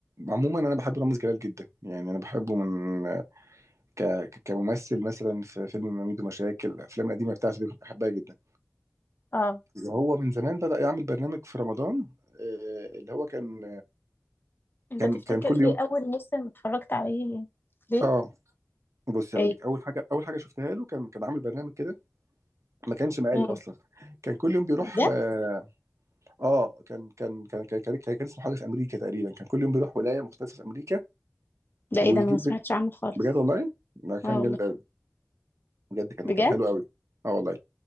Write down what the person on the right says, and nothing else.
عموما انا بحب رامز جلال جدا يعني انا بحبه من ك... ك- كممثل مثلا في فيلم ميدو مشاكل الافلام القديمه بتاعته دي كنت بحبها جدا
وهو من زمان بدأ يعمل برنامج في رمضان آه اللي هو كان
كان
كان كل
يوم
اه بص هقول
لك اول حاجه اول حاجه شفتها له كان كان عامل برنامج كده ما كانش مقالب
اصلا كان كل يوم بيروح
آه، اه كان كان كان كان كان, كان اسمه حاجه في امريكا تقريبا كان كل يوم بيروح ولايه مختلفه في امريكا
ويجيب
بجد والله ده كان
جامد قوي بجد كان
كان حلو قوي اه والله